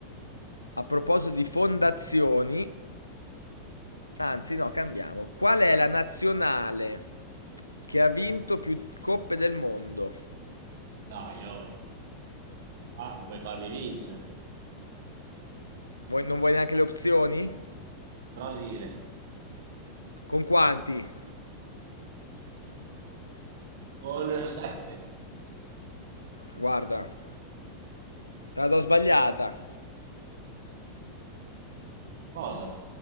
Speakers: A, on the left (about 85°); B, on the right (about 55°).
A: a proposito di fondazioni, anzi no, cambiamo. Qual è la nazionale che ha vinto più coppe del mondo?
B: Dai, oh. Ah, vuoi farmi vincere?
A: Vuoi- non vuoi neanche le opzioni?
B: Brasile
A: Con quanti?
B: con 7.
A: Guarda, te la do sbagliata.
B: Cosa?